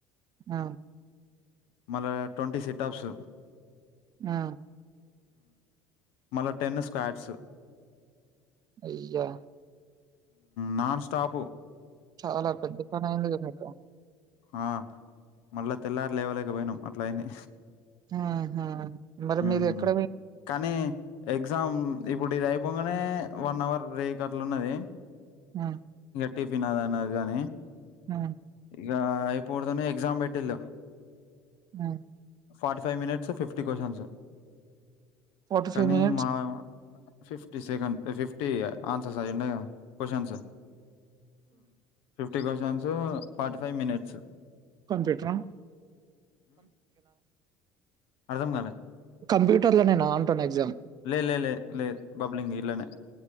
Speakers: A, on the right; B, on the left.
A: ఆ
B: మళ్ళా ట్వంటీ సిటాప్స్
A: ఆ
B: మల్లా టెన్ స్క్వాడ్స్
A: అయ్యా
B: నాన్ స్టాపు
A: చాలా పెద్ద పన అయింది కద మీకు
B: ఆ మళ్ళా తెల్లారు లేవలేకపోయినాం అట్లా అయింది
A: ఆహా మరి మీరు
B: మ్మ్
A: ఎక్కడ
B: కానీ ఎగ్జామ్ ఇప్పుడు ఇది అయిపోగానే వన్ అవర్ రే కట్టలు ఉన్నది
A: ఆ
B: టిఫిన్ అదనా కాగానీ
A: ఆ
B: ఇకా అయిపోడదునే ఎక్జామ్ పెటిల్
A: ఆ
B: forty five minutes fifty questions
A: forty
B: కానీ
A: five మినిట్స్
B: మా ఫిఫ్టీ సెకండ్ ఫిఫ్టీ ఆన్సర్స్ ఐ ఉన్నాయిగా questions fifty questions forty five minutes
A: కంప్యూటరా
B: అర్థం కాల
A: కంప్యూటర్ లో నేను అంటాను ఎగ్జామ్
B: లే, లే, లే, లే బబ్లింగ్ ఇట్లనే.